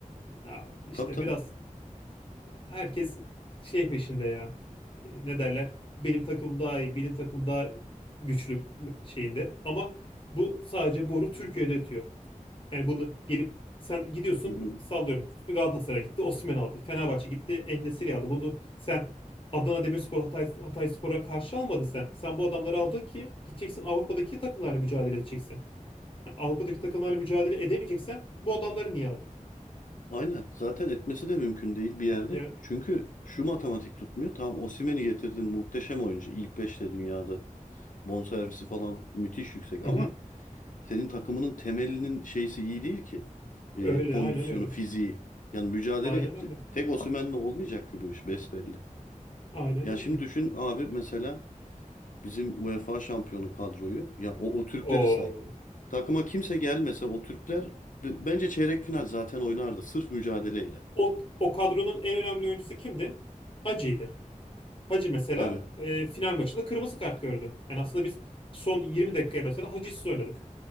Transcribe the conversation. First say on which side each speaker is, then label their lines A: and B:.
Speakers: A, on the left; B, on the left.
A: Ya işte
B: tabii tabii.
A: biraz herkes şey peşinde ya. E, Ne derler? Benim takım daha iyi, benim takım daha güçlü şeyinde. Ama bu sadece boru Türkiye'de ötüyor. Yani bunu gelip sen gidiyorsun
B: <laughs>
A: sallıyorum. Galatasaray gitti, Osimhen aldı. Fenerbahçe gitti, En-Nesyri aldı. Bunu sen Adana Demirspor, Hatay, Hatayspor'a karşı almadın sen. Sen bu adamları aldın ki gideceksin Avrupa'daki takımlarla mücadele edeceksin. Yani Avrupa'daki takımlarla mücadele edemeyeceksen bu adamları niye aldın?
B: Aynen. Zaten etmesi de mümkün değil bir yerde.
A: Ya.
B: Çünkü şu matematik tutmuyor. Tamam Osimhen'i getirdin muhteşem oyuncu. İlk beşte dünyada bonservisi falan müthiş yüksek
A: Hı
B: ama
A: hı.
B: senin takımının temelinin şeysi iyi değil ki. Ee,
A: Öyle,
B: kondisyonu,
A: aynen öyle.
B: fiziği. Yani mücadele
A: Aynen
B: et.
A: öyle.
B: Tek Osimhen'le olmayacak ki bu iş besbelli.
A: Aynen
B: Ya
A: öyle.
B: şimdi düşün abi mesela bizim UEFA şampiyonu kadroyu. Ya o, o Türkleri
A: O,
B: say. Takıma kimse gelmese o Türkler b- bence çeyrek final zaten oynardı. Sırf mücadeleyle.
A: o, o kadronun en önemli oyuncusu kimdi? Hacı'ydı. Hacı mesela
B: Tabii.
A: e, final maçında kırmızı kart gördü. Yani aslında biz son 20 dakikaya mesela Hacı'sız oynadık.